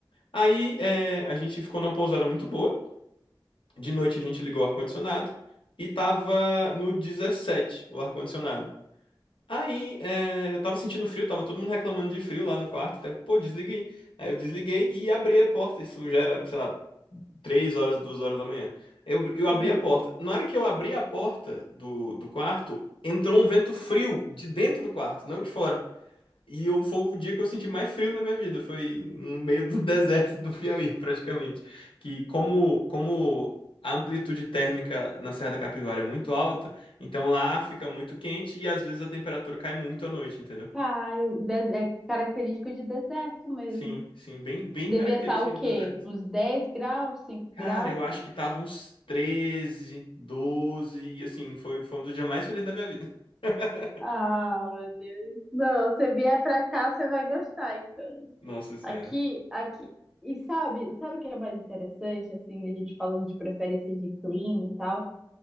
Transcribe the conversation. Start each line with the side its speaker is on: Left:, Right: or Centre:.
Left: Aí é, a gente ficou numa pousada muito boa. De noite a gente ligou o ar-condicionado e tava no 17 o ar-condicionado. Aí é, eu tava sentindo frio, tava todo mundo reclamando de frio lá no quarto. Até, pô, desliguei. Aí eu desliguei e abri a porta. Isso já era, sei lá, 3 horas, 2 horas da manhã. Eu, eu
Centre: Uhum.
Left: abri a porta. Na hora que eu abri a porta do, do quarto, entrou um vento frio de dentro do quarto, não de fora. E eu, foi o dia que eu senti mais frio na minha vida. Foi no meio do <laughs> deserto do Piauí, praticamente. Que como, como a amplitude térmica na Serra da Capivara é muito alta, então lá fica muito quente e às vezes a temperatura cai muito à noite, entendeu?
Centre: Pai, de- é característico de deserto mesmo.
Left: Sim, sim, bem, bem
Centre: Devia
Left: característica
Centre: estar o
Left: de
Centre: quê?
Left: deserto.
Centre: Uns 10 graus, 5
Left: Cara,
Centre: graus?
Left: eu acho que tava uns 13 12 e assim, foi, foi um dos dias mais felizes da minha vida. <laughs>
Centre: Ah, meu Deus. Não, você vier pra cá, você vai gostar, então.
Left: Nossa senhora.
Centre: Aqui, aqui. E sabe, sabe o que é mais interessante, assim, a gente falando de preferência de clima e tal?